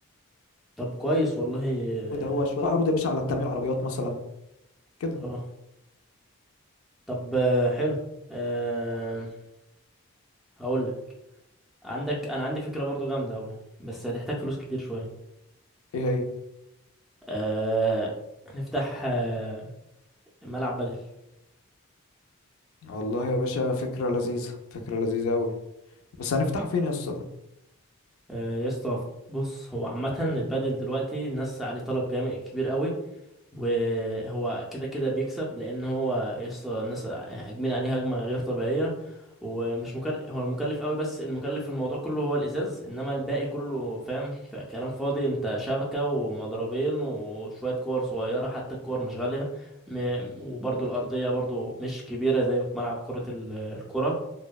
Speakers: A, in the centre; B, on the left.
A: طب كويس والله اه
B: ده هو شويه عروض يا باشا على التلميع العربيات مثلا كده
A: آه. طب آه، حلو أه هقول لك عندك انا عندي فكرة برضو جامدة اوي بس هتحتاج فلوس كتير شوية
B: ايه هي
A: أه نفتح آه، ملعب بدل
B: والله يا باشا فكره لذيذه فكره لذيذه قوي بس هنفتحه فين يا اسطى ده
A: آه، يا اسطى بص هو عامة البادل دلوقتي الناس عليه طلب جامد كبير قوي وهو كده كده بيكسب لأن هو يا اسطى الناس هاجمين عليه هجمة غير طبيعية ومش مكلف هو مكلف قوي بس المكلف في الموضوع كله هو الإزاز إنما الباقي كله فاهم كلام فاضي أنت شبكة ومضربين وشوية كور صغيرة حتى الكور مش غالية م... وبرضو الأرضية برضو مش كبيرة زي ملعب كرة ال- الكرة